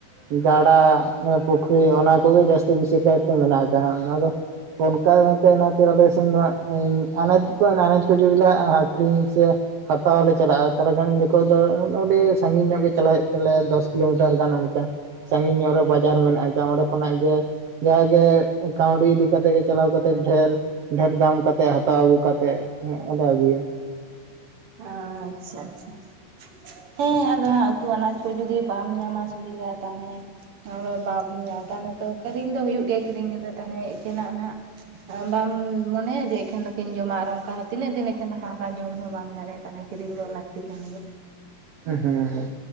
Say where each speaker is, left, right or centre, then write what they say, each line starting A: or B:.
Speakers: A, on the right; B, on the right.
A: ᱜᱟᱰᱟ ᱯᱩᱠᱷᱨᱤ ᱚᱱᱟ ᱠᱚᱜᱮ ᱡᱟᱹᱥᱛᱤ ᱵᱮᱥᱤᱨ ᱵᱷᱟᱜ ᱢᱮᱱᱟᱜ ᱟᱠᱟᱜ ᱦᱟᱸᱜ ᱾ ᱟᱫᱚ ᱚᱱᱠᱟ ᱱᱟᱛᱮ ᱱᱟᱛᱮ ᱟᱞᱮᱥᱮᱱ ᱫᱚ ᱱᱚᱦᱟᱜ ᱟᱱᱟᱪ ᱠᱚ ᱦᱮᱱᱟᱜ ᱟᱱᱟᱪ ᱡᱩᱫᱤᱞᱮ ᱟᱹᱠᱷᱨᱤᱧ ᱥᱮ ᱦᱟᱛᱟᱣ ᱞᱮ ᱪᱟᱞᱟᱜᱼᱟ᱾ ᱛᱟᱦᱚᱞᱮ ᱠᱷᱟᱱ ᱩᱱ ᱡᱚᱠᱷᱚᱭ ᱫᱚ ᱟᱰᱮ ᱥᱟᱺᱜᱤᱧ ᱧᱚᱜ ᱜᱮ ᱪᱟᱞᱟᱣ ᱦᱳᱭᱜ ᱛᱟᱞᱮᱭᱟ, ᱫᱚᱥ ᱠᱤᱞᱳᱢᱤᱴᱟᱨ ᱜᱟᱱ ᱚᱱᱠᱟ ᱾ ᱥᱟᱺᱜᱤᱧ ᱧᱚᱜ ᱨᱮ ᱵᱟᱡᱟᱨ ᱢᱮᱱᱟᱜ ᱠᱟᱜ-ᱟ᱾ ᱚᱸᱰᱮ ᱠᱷᱚᱱᱟᱜ ᱜᱮ᱾ ᱡᱟᱜᱮ ᱠᱟᱹᱣᱰᱤ ᱤᱫᱤ ᱠᱟᱛᱮᱜ ᱜᱮ ᱪᱟᱞᱟᱣ ᱠᱟᱛᱮᱜ, ᱰᱷᱮᱨ ᱰᱷᱮᱨ ᱫᱟᱢ ᱠᱟᱛᱮᱜ ᱦᱟᱛᱟᱣ ᱟᱹᱜᱩ ᱠᱟᱛᱮᱜ ᱦᱮᱸ ᱟᱫᱟ ᱟᱜᱩᱭᱟ ᱾
B: ᱟᱪᱪᱷᱟ, ᱟᱪᱪᱷᱟ, ᱟᱪᱪᱷᱟ ᱾ ᱦᱮᱸ ᱟᱫᱚ ᱟᱜ ᱩᱛᱩ ᱟᱱᱟᱪ ᱠᱚ, ᱡᱩᱫᱤ ᱵᱟᱢ ᱧᱟᱢᱟ ᱥᱩᱵᱤᱫᱷᱟ ᱛᱟᱦᱚᱞᱮ ᱟᱨ ᱵᱟᱢ ᱧᱟᱢ ᱛᱟᱦᱚᱞᱮ ᱛᱚ ᱠᱤᱨᱤᱧ ᱫᱚ ᱦᱩᱭᱩᱜ ᱜᱮ, ᱠᱤᱨᱤᱧ ᱫᱚ ᱛᱟᱦᱚᱞᱮ ᱮᱠᱮᱱᱟᱜ ᱟ ᱵᱟᱢ ᱢᱚᱱᱮᱭᱟ ᱡᱮ ᱮᱠᱷᱮᱱ ᱫᱟᱠᱟᱧ ᱡᱚᱢᱟ, ᱟᱨ ᱚᱱᱠᱟ ᱦᱚ ᱛᱤᱱᱟᱹᱜ ᱫᱤᱱ ᱮᱠᱷᱮᱱ ᱫᱟᱠᱟ ᱚᱱᱠᱟ ᱡᱚᱢ ᱦᱚᱸ ᱵᱟᱝ ᱫᱟᱲᱮ ᱛᱟᱦᱚᱞᱮ ᱠᱤᱨᱤᱧ ᱫᱚ ᱞᱟᱹᱠᱛᱤᱠᱟᱱ ᱜᱮ᱾
A: ᱦᱮᱸ,